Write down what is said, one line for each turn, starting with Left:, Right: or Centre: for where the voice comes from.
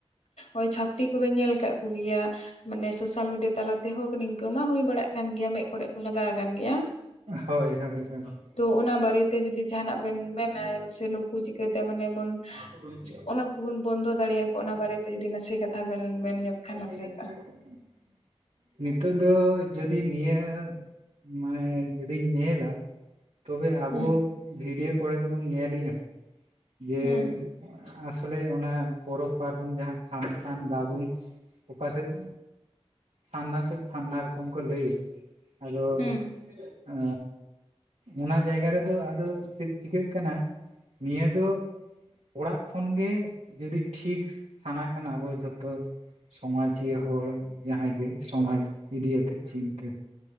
Left: ᱳᱭ ᱪᱷᱟᱯᱲᱤ ᱠᱚᱵᱮ ᱧᱮᱞ ᱠᱟᱜ ᱠᱚᱜ ᱜᱮᱭᱟ ᱢᱟᱱᱮ ᱥᱳᱥᱟᱞ ᱢᱤᱰᱤᱭᱟ ᱛᱟᱞᱟ ᱛᱮ ᱦᱳᱠ ᱱᱤᱝᱠᱟᱹ ᱢᱟ ᱦᱳᱭ ᱵᱟᱲᱟᱜ ᱠᱟᱱ ᱜᱮᱭᱟ ᱢᱮᱫ ᱠᱚᱨᱮᱜ ᱠᱚ ᱞᱟᱜᱟᱣ ᱟᱠᱟᱱ ᱜᱮᱭᱟ
Right: ᱦᱳᱭ ᱦᱳᱭ ᱦᱳᱭ
Left: ᱛᱚ ᱚᱱᱟ ᱵᱟᱨᱮ ᱛᱮ ᱡᱩᱫᱤ ᱡᱟᱦᱟ ᱱᱟᱜ ᱵᱮᱱ ᱢᱮᱱᱟ ᱥᱮ ᱱᱩᱠᱩ ᱪᱤᱠᱟᱹᱛᱮ ᱢᱟᱱᱮ ᱵᱚᱱ
Right: <unintelligible>
Left: ᱚᱱᱟ ᱠᱚᱵᱚᱱ ᱵᱚᱱᱫᱚ ᱫᱟᱲᱮᱭᱟ ᱠᱚ ᱚᱱᱟ ᱵᱟᱨᱮ ᱛᱮ ᱡᱩᱫᱤ ᱱᱟᱥᱮ ᱠᱟᱛᱷᱟ ᱵᱮᱱ ᱢᱮᱱ ᱧᱚᱜ
Right: <unintelligible>
Left: ᱠᱷᱟᱱ ᱱᱟᱯᱟᱭ ᱠᱚᱜᱼᱟ
Right: ᱱᱤᱛᱚᱜ ᱫᱚ ᱡᱩᱫᱤ ᱱᱤᱭᱟ ᱢᱟᱱᱮ ᱡᱩᱫᱤᱧ ᱧᱮᱞ-ᱟ ᱛᱚᱵᱮ ᱟᱵᱚ
Left: ᱦᱩᱸ
Right: ᱵᱷᱤᱰᱭᱳ ᱠᱚᱨᱮ ᱫᱚ ᱵᱚᱱ ᱧᱮᱞᱮᱜᱼᱟ ᱡᱮ
Left: ᱦᱩᱸ
Right: ᱟᱥᱚᱞᱮ ᱚᱱᱟ ᱯᱚᱨᱚᱵᱽ ᱯᱟᱨᱵᱚᱱ ᱡᱟᱦᱟᱸ ᱯᱷᱟᱱᱥᱮᱱ ᱫᱟᱵᱩᱝ ᱚᱠᱟ ᱥᱮᱫ ᱯᱷᱟᱱᱟ ᱥᱮᱫ ᱯᱷᱟᱱᱟ ᱨᱚᱠᱚᱢ ᱠᱚ ᱞᱟᱹᱭᱟ ᱟᱫᱚ
Left: ᱦᱩᱸ
Right: ᱟ ᱚᱱᱟ ᱡᱟᱭᱜᱟ ᱨᱮᱫᱚ ᱟᱫᱚ ᱪᱮᱫ ᱪᱤᱠᱟᱹᱜ ᱠᱟᱱᱟ ᱱᱤᱭᱟ. ᱫᱚ ᱚᱲᱟᱜ ᱠᱷᱚᱱ ᱜᱮ ᱡᱚᱫᱤ ᱴᱷᱤᱠ ᱥᱟᱱᱟ ᱠᱟᱱᱟ ᱟᱵᱚ ᱡᱷᱚᱛᱚ ᱥᱚᱢᱟᱡᱤᱭᱟᱹ ᱦᱚᱲ ᱡᱟᱦᱟᱭ ᱜᱮ ᱥᱚᱢᱟᱡᱽ ᱤᱫᱤ ᱠᱟᱛᱮᱜ ᱪᱤᱱᱛᱟᱹ